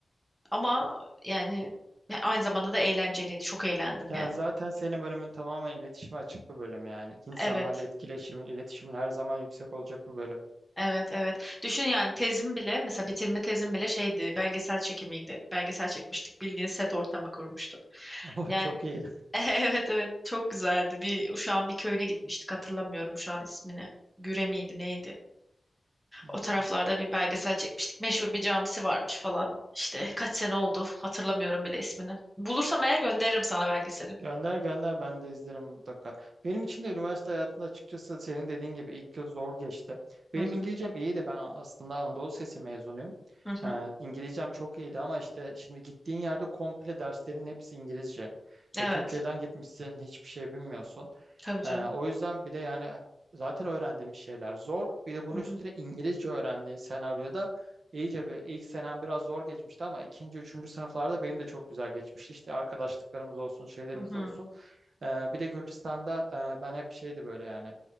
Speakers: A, in the centre; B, on the right.
A: ama yani e, aynı zamanda da eğlenceliydi. Çok eğlendim
B: Yani
A: yani.
B: zaten senin bölümün tamamen iletişime açık bir bölüm yani. İnsanlarla
A: Evet,
B: etkileşimin, iletişimin her zaman yüksek olacak bir bölüm.
A: evet, evet. Düşün yani tezim bile mesela bitirme tezim bile şeydi belgesel çekimiydi. Belgesel çekmiştik. Bildiğin set ortamı kurmuştuk.
B: <laughs> O
A: Yani
B: çok iyi.
A: <laughs> evet evet çok güzeldi. Bir Uşak'ın bir köyüne gitmiştik hatırlamıyorum şu an ismini. Güre miydi neydi?
B: Hmm.
A: O taraflarda bir belgesel çekmiştik. Meşhur bir camisi varmış falan. İşte kaç sene oldu hatırlamıyorum bile ismini. Bulursam eğer gönderirim sana belgeseli.
B: Gönder gönder ben de izlerim mutlaka. Benim için de üniversite hayatında açıkçası senin dediğin gibi ilk yıl zor geçti. Benim
A: Hı hı,
B: İngilizcem iyi de ben aslında Anadolu Sesi mezunuyum.
A: hı hı.
B: Ee, İngilizcem çok iyiydi ama işte şimdi gittiğin yerde komple derslerin hepsi İngilizce.
A: Evet.
B: E, Türkiye'den gitmişsin hiçbir şey bilmiyorsun.
A: Tabii canım.
B: Ee, o yüzden bir de yani zaten öğrendiğimiz şeyler zor. Bir de bunun
A: Hı
B: üstüne
A: hı,
B: İngilizce öğrendiğin senaryoda İyice bir ilk senem biraz zor geçmişti ama ikinci, üçüncü sınıflarda benim de çok güzel geçmişti. İşte arkadaşlıklarımız olsun, şeylerimiz
A: hı hı,
B: olsun. Ee, bir de Gürcistan'da e, ben hep şeydi böyle yani